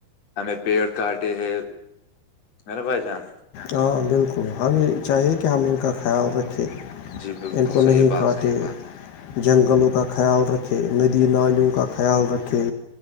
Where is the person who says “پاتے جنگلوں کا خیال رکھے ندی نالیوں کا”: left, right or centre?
Left